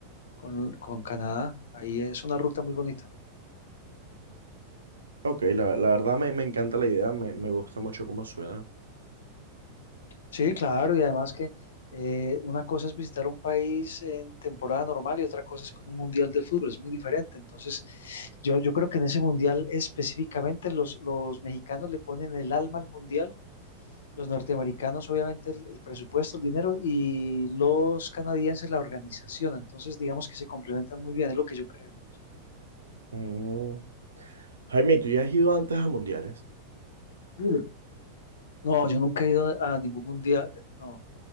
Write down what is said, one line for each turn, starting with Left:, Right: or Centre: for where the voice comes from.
Left: con, con Canadá. Ahí es una ruta muy bonita.
Right: Ok, la, la verdad me, me encanta la idea, me, me gusta mucho cómo suena.
Left: Sí, claro, y además que eh, una cosa es visitar un país en temporada normal y otra cosa es con un mundial de fútbol, es muy diferente. Entonces, yo, yo creo que en ese mundial específicamente los, los mexicanos le ponen el alma al mundial, los norteamericanos obviamente el, el presupuesto, el dinero y los canadienses la organización. Entonces, digamos que se complementan muy bien, es lo que yo creo, pues.
Right: Mm. Jaime, ¿tú ya has ido antes a mundiales?
Left: Mm. No, yo nunca he ido a ningún mundial, no,